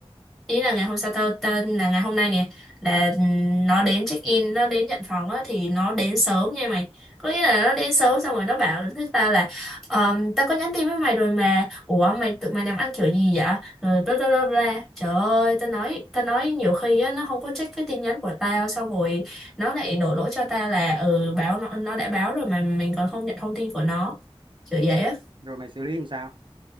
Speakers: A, in the centre; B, on the right.
A: ý là ngày hôm sau tao tên là ngày hôm nay nè là ừ, nó đến check in nó đến nhận phòng á thì nó đến sớm nha mày có nghĩa là nó đến sớm xong rồi nó bảo với tao là Ờ, tao có nhắn tin với mày rồi mà ủa mày tụi mày làm ăn kiểu gì vậy rồi bla bla bla bla trời ơi tao nói tao nói nhiều khi á nó không có check cái tin nhắn của tao xong rồi nó lại đổ lỗi cho tao là ừ báo nó nó đã báo rồi mà mình còn không nhận thông tin của nó kiểu vậy á
B: rồi mày xử lý như sao